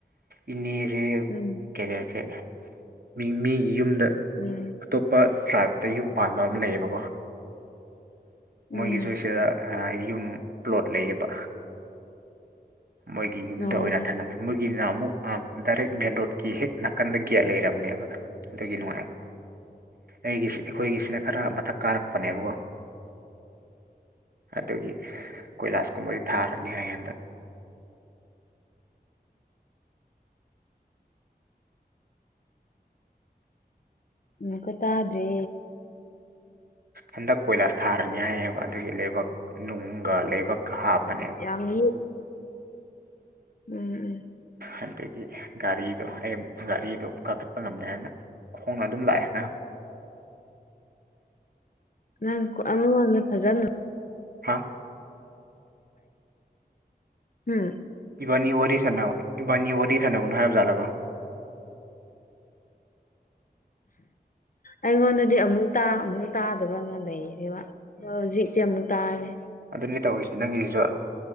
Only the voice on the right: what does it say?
ꯏꯅꯦꯁꯦ
ꯀꯦꯔꯤꯌꯔꯁꯦ ꯃꯤ ꯃꯤꯒꯤ ꯌꯨꯝꯗ
ꯑꯇꯣꯞꯄ ꯇ꯭ꯔꯥꯏꯞꯇ ꯌꯨꯝ ꯄꯥꯟꯕ ꯑꯃ ꯂꯩꯌꯦꯕꯀꯣ
ꯃꯣꯏꯒꯤ ꯁ ꯁꯤꯗ ꯌꯨꯝ ꯄ꯭ꯂꯣꯠ ꯂꯩꯌꯦꯕ ꯃꯣꯏꯒꯤ ꯌꯨꯝꯗ
ꯑꯣꯏꯅ ꯊꯥꯟꯂꯝꯃꯦ ꯃꯣꯏꯒꯤꯅ ꯑꯃꯨꯛ ꯗꯥꯏꯔꯦꯛ ꯃꯦꯟ ꯔꯣꯗ ꯀꯤ ꯍꯦꯛ ꯅꯥꯀꯟꯗ ꯒꯦꯠ ꯂꯩꯔꯕꯅꯦꯕ ꯑꯗꯨꯒꯤ ꯅꯨꯡꯉꯥꯏꯕ ꯑꯩꯒꯤꯁꯤ ꯑꯩꯈꯣꯏꯒꯤꯁꯤꯅ ꯈꯔ ꯃꯊꯛ ꯀꯥꯔꯛꯄꯅꯦꯕꯀꯣ ꯫ ꯑꯗꯨꯒꯤ ꯀꯣꯏꯂꯥꯁꯀꯨꯝꯕꯗꯤ ꯊꯥꯔꯅꯤ ꯍ ꯍꯟꯗꯛ
ꯍꯟꯗꯛ ꯀꯣꯏꯂꯥꯁ ꯊꯥꯔꯅꯤ ꯍꯥꯏꯑꯕ ꯑꯗꯨꯒꯤ ꯂꯩꯕꯛ ꯅꯨꯡꯒ ꯂꯩꯕꯛꯀ ꯍꯥꯞꯄꯅꯦꯕ꯫
ꯑꯗꯨꯗꯒꯤ ꯒꯥꯔꯤꯗꯣ ꯑꯩ ꯒꯥꯔꯤꯗꯣ ꯀꯥꯈꯠꯄ ꯉꯝꯃꯦꯅ꯫ ꯈꯣꯡꯅ ꯑꯗꯨꯝ ꯂꯥꯛꯑꯦ ꯉꯍꯥꯛ
ꯍꯥ
ꯏꯕꯥꯅꯤ ꯋꯥꯔꯤ ꯁꯥꯟꯅꯕ ꯏꯕꯥꯅꯤ ꯋꯥꯔꯤ ꯁꯥꯟꯅꯕꯅꯣ ꯍꯥꯏꯕ ꯖꯥꯠꯂꯕ
ꯑꯗꯨꯅꯤ ꯇꯧꯔꯤꯁꯤꯦ ꯅꯪꯒꯤꯁꯨ